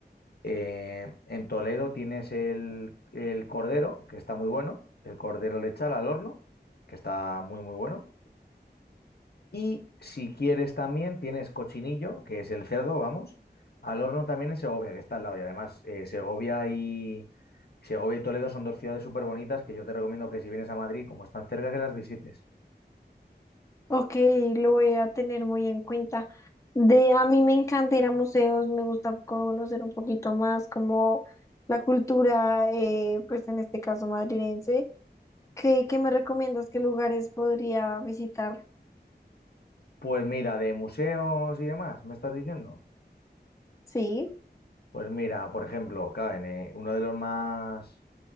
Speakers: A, on the left; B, on the left.
A: Eh, en Toledo tienes el, el cordero, que está muy bueno, el cordero lechal al horno, que está muy, muy bueno. Y si quieres también tienes cochinillo, que es el cerdo, vamos, al horno también en Segovia, que está al lado. Y además, eh, Segovia y, Segovia y Toledo son dos ciudades súper bonitas que yo te recomiendo que si vienes a Madrid, como están cerca, que las visites.
B: Ok, lo voy a tener muy en cuenta. De, a mí me encanta ir a museos, me gusta conocer un poquito más como la cultura, eh, pues en este caso madrilense. ¿Qué, qué me recomiendas? ¿Qué lugares podría visitar?
A: Pues mira, de museos y demás, ¿me estás diciendo?
B: Sí,
A: Pues mira, por ejemplo, claro, en, eh, uno de los más